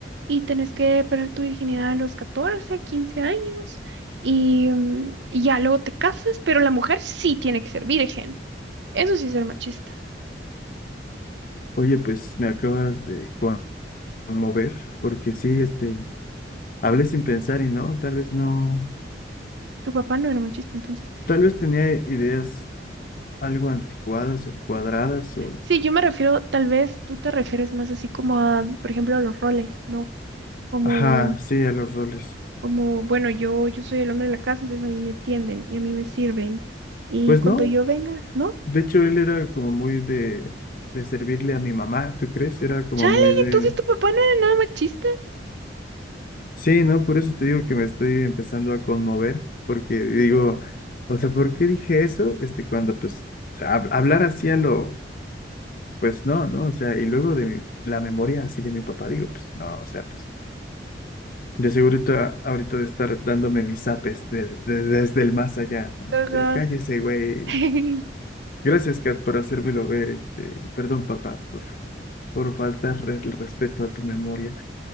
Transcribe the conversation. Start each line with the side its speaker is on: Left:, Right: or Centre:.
Right: y tenés que perder tu virginidad a los 14, 15 años y, mm, y ya luego te casas, pero la mujer sí tiene que ser virgen. Eso sí es ser machista.
Left: oye, pues me acabas de conmover, porque sí, este, hablé sin pensar y no, tal vez no,
Right: Tu papá no era machista, entonces.
Left: tal vez tenía ideas algo anticuadas o cuadradas o...
Right: Sí, yo me refiero, tal vez tú te refieres más así como a, por ejemplo, a los roles, ¿no? Como
Left: Ajá, sí, a los roles.
Right: Como, bueno, yo, yo soy el hombre de la casa, entonces a mí me atienden y a mí me sirven. Y
Left: Pues
Right: cuando
Left: no,
Right: yo venga, ¿no?
Left: de hecho él era como muy de, de servirle a mi mamá, ¿tú crees? Era como
Right: Chale,
Left: muy de...
Right: ¿y entonces tu papá no era nada machista.
Left: Sí, no, por eso te digo que me estoy empezando a conmover, porque digo, o sea, ¿por qué dije eso? Este, cuando pues, o sea, hab- hablar así a lo, pues no, ¿no? O sea, y luego de mi- la memoria así de mi papá, digo, pues no, o sea, pues de seguro ahorita ahorita de estar dándome mis zapes de- de- desde el más allá, ¿no?
Right: Ajá.
Left: Este, cállese, güey.
Right: <laughs>
Left: Gracias, Kat, por hacérmelo ver, este, y perdón, papá, por, por faltar re- el respeto a tu memoria,